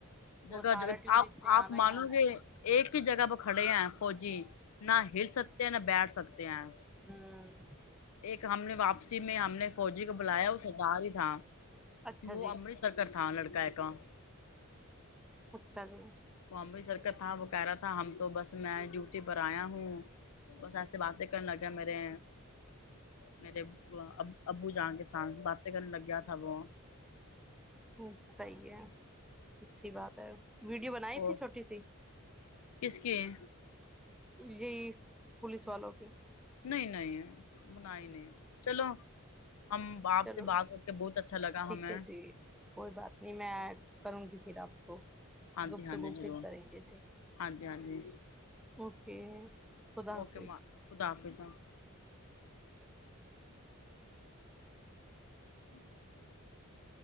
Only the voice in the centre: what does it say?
وہ
سارا
ٹورسٹ
نے
آنا ہی
آنا
ہوں
اچھا
جی
اچھا جی
ہوں صحیح ہے اچھی بات ہے ویڈیو بنائی
تھی چھوٹی سی
یہی پولیس والوں کے
چلو
ٹھیک
ہے جی کوئی بات نہیں میں کروں گی پھر آپ کو
گفتگو
پھر کرینگے چے
اوکے خدا
حافظ